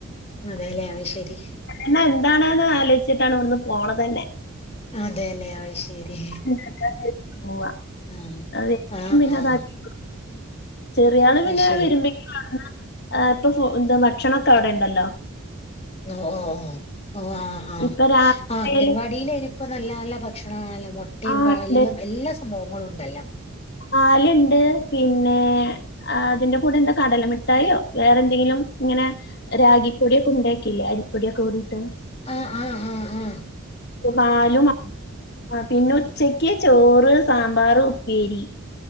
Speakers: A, on the left; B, on the left.
A: അതെല്ലേ അത് ശരി
B: ഇന്ന് എന്താണേന്ന് ആലോയ്ച്ചിട്ടാണ് ഇവെട്ന്ന് പോണെതെന്നെ
A: അതേലെ ആഹ് അത് ശെരി
B: ഉണ്ടാക്കാന്ന് വെച്ച് പോവാ.
A: ആഹ്
B: അത് ഏൽപ്പിക്കും പിന്നെ
A: ആഹ്
B: അതാക്കി കൊടുക്കും. ചെറിയാള് പിന്നെ
A: ശരി
B: വരുമ്പഴേക്കും <unintelligible> ഇപ്പൊ ഭക്ഷണൊക്കെ അവിടെ ഇണ്ടല്ലോ.
A: ഓഹ് ഓഹ് ഓഹ് ഓഹ് ആഹ് ആഹ്
B: ഇപ്പൊ രാവിലെ
A: ആഹ് അംഗൻവാടിയിലേ ഇപ്പൊ നല്ല നല്ല ഭക്ഷണമാണല്ലോ മുട്ടിം
B: ആ
A: പാലും
B: ഉണ്ട്
A: എൽ എല്ലാ സംഭവങ്ങളും ഉണ്ടല്ലോ
B: പാല് ഇണ്ട്. പിന്നെ അതിന്റെ കൂടെ എന്താ കടലമിട്ടായോ വേറെ എന്തെങ്കിലും ഇങ്ങനെ രാഗിപ്പൊടിയൊക്കെ ഉണ്ടാക്കില്ലേ അരിപ്പൊടിയൊക്കെ കൂടിട്ട്
A: ആഹ് ആഹ് ആഹ് ആഹ്
B: പാലും ആഹ് പിന്നെ ഉച്ചക്ക് ചോറ് സാമ്പാർ ഉപ്പേരി